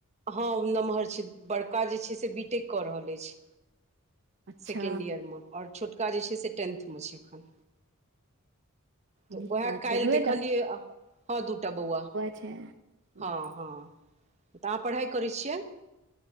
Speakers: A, on the right (about 30°); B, on the right (about 60°).
A: हं नमहर छै बड़का जे छै से बी टेक कऽ रहल अछि
B: अच्छा
A: सेकेण्ड ईयर में ओर छोटका जे छै से टेन्थमे छै एखन तऽ
B: नीक
A: उएह
B: बात छै
A: काल्ह
B: दूएटा
A: देखलियै हँ दूटा बौआ
B: छै
A: हँ
B: जी
A: हँ तऽ आहाँ पढ़ाइ करै छियै